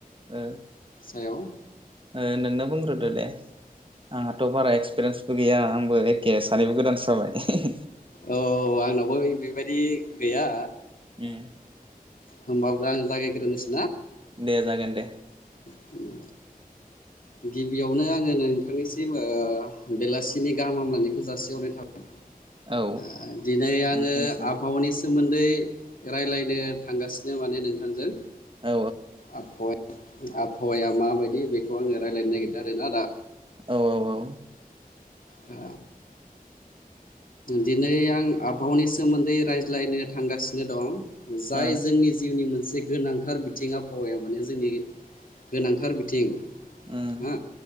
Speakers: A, on the right; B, on the left.
A: ओ
B: हायाव
A: ओ नोंनो बुंग्रोदोदे आंहाथ' बारा एक्सपिरियेन्स बो गैया आंबो एखे सानैबो गोदानसो जाबाय
B: औ आंनावाबो बेबायाददि गैया
A: उम
B: होमबाबो आं जागाग्रोनोसै
A: दे जागोन दे।
B: उम गिबियावनो आङो नोंथांनिसिम ओ बेलासिनि गाहाम हामलायनायखौ जासिहरनाय थाबाय
A: औ।
B: ओ दिनै आङो
A: नोंथांनिसिमबो
B: आबहावानि सोमोन दै रायलायनो थांगासिनो माने नोंथांजों
A: औ
B: आबहावाया आबहावाया माबायदि बेखौ आङो रायलायनो नागिरदो आरोना दा।
A: औ औ औ।
B: ओ दिनै आं आबहावानि सोमोन्दै रायज्लायनो थांगासिनो दं। जाय
A: औ
B: जोंनि जिउनि मोनसे जे गोनांथार बिथिं आबहावाया माने जोंनि गोनांथार बिथिं।
A: उम
B: हो